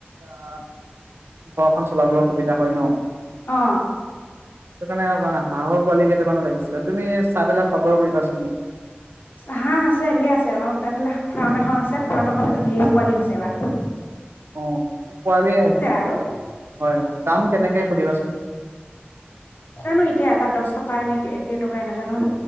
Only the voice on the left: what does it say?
অ
হাঁহ আছে ঢেৰ আছে আমাৰ ফালে ফাৰ্ম এখন আছে ফাৰ্মাখনতো ঢেৰ পোৱালি হৈছে বা
আৰু
নাজানো এতিয়া এটাত দহ টকাই নে কেই টকাই নাজানো ন